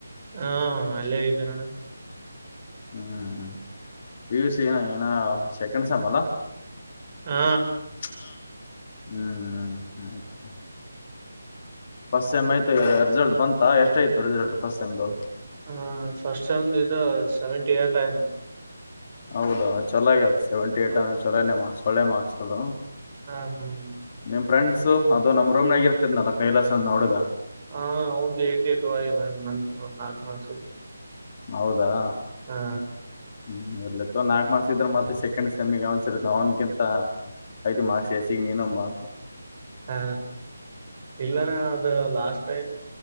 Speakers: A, on the right; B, on the left.
A: ಹ ಅ ಲ್ಲೇಇದಿನಣ
B: ಹ್ಞೂ ಪಿ ಯು ಸಿ ಏನ ಏನ ಸೆಕೆಂಡ್ ಸೆಮ್ ಅಲಾ
A: ಹಾ
B: ಹ್ಮ್ ಹ್ಮ್ ಹ ಫಸ್ಟ್ ಸೆಮ್ ಆಯತು ರಿಸಲ್ಟ್ ಬಂತ ಎಷ್ಟ ಇತ್ತು ರಿಸಲ್ಟ್ ಫಸ್ಟ್ ಸೆಮ್ದು.
A: ಹ ಫಸ್ಟ್ ಮ್ ದದು ಸೆವೆಂಟಿ ಏಟ್ ಐಮ
B: ಹೌದಾ ಚಲಾಗಿಯತ್ ಸೆವೆಂಟಿ ಏಟ್ ಅಂದ್ರೆ ಚೊಲನೆ ಮಾರ್ಕ್ಸ್ ಒಳ್ಳೆ ಮಾರ್ಕ್ಸ್ ಅದ
A: ಹಾ ಹ್ಮ್
B: ನಿಮ್ ಫ್ರೆಂಡ್ಸು ಅದು ನಮ್ಮ್ ರೂಮ್ನಾಗ ಇರ್ತಿದನಲ್ಲ ಕೈಲಾಸ ಅಂತ ಅ ಹುಡುಗ
A: ಹ ಒಂದ್ ಏಟಿ ಏಟ ಆಗಲ್ಲ ನ ಒಂದ್ ನಾಕುಲ್ಷಿ
B: ಹೌದಾ
A: ಹಾ
B: ಹ್ಮ್ ಅರ್ಲ್ಲಿತ್ತ ನಾಲ್ಕಕ್ ಮಾರ್ಕ್ ಇದ್ರ ಮತ್ತೆ ಸೆಮ್ಮಿಗೆ ಅವನ್ ಸರಿತ ಅವ್ನತ ಸತ ಮಾರ್ಕ್ಸ್ ಎ ಸಿಗೆ ನೀಯ ನಮ್ಮ
A: ಹಾ ಇಲ್ಲನ ಅದು ಲಾಸ್ಟ್ ಟೈಮ್